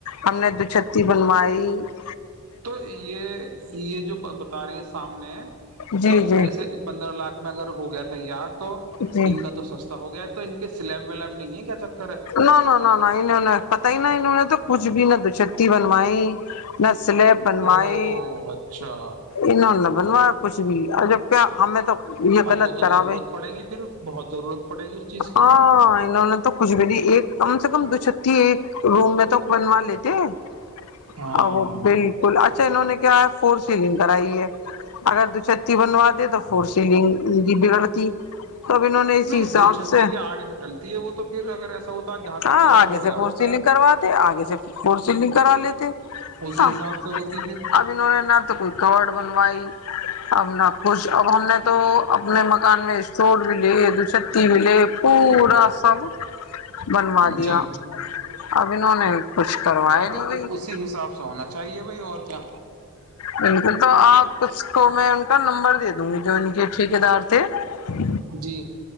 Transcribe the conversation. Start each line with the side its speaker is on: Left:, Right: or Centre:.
Left: ہم نے دو چھتی بنوائی <unintelligible> نہیں <unintelligible>
Right: تو یہ یہ جو بتا رہی ہیں سامنے
Left: جی
Right: تو
Left: جی
Right: ایسے پندرہ لاکھ میں اگر ہو گیا تو <unintelligible> تیار <unintelligible> تو
Left: جی
Right: ان کا تو سستا ہو گیا تو ان کے سے <unintelligible> سلیب ولیب نہیں ہے کیا چ <unintelligible>
Left: نہ نہ نہ نہ انہوں نے پت ہی نا انہوں نے تو کچھ بھی نہ د <unintelligible> شکتی بنوائی نہ <unintelligible> سلیب بنوائی
Right: او اچھا
Left: انہوں نے بنوایا کچھ بھی اور جب کیا ہمیں تو یہ غلط
Right: اب وہ تو
Left: کرا
Right: ضرورت
Left: ہوے
Right: پڑے گی پھر بہت ضرورت پڑے گی اس چیز کی
Left: ہاں
Right: تو
Left: انہوں نے تو کچھ بھی نہیں <unintelligible> کم سے کم دو چھتی ایک روم میں تو بنوا لیتے <unintelligible>
Right: ہاں
Left: ا وہ بالکل اچھا انہوں نے کیا ہے <unintelligible> فور سیلنگ کرائی ہے اگر دو چھتی بنواے تو فور سیلنگ کی بگڑتی تو اب انہوں نے اسی
Right: نہیں
Left: حساب
Right: دو چھتی
Left: سے
Right: کے آنے سے ڈلتی ہے وہ تو پھر اگر ایسا ہوتا جہاں
Left: ہاں
Right: تک کورڈ
Left: آگے
Right: ہو گیا
Left: سے فور
Right: ہو گیا
Left: سیلنگ کرواتے آگے سے فور سیلنگ کرا لیتے
Right: اسی
Left: ہاں
Right: حساب سے ہوتی پھر
Left: اب انہوں نے نہ تو کوئی ک <unintelligible> بنوائی ا نہ خوش اب ہم نے تو اپنے مکان میں اسٹور بھی لے دو چھتی بھی لے پورا سب بنوا دیا
Right: جی
Left: اب انہوں نے کچھ کرویا
Right: ہاں تو
Left: نہیں ب
Right: اسی حساب سے ہونا چاہیے بھائی اور کیا
Left: بالکل تو آپ اس کو میں ان کا نمبر دتا جو ان کے ٹھیک دار تھے <unintelligible>
Right: جی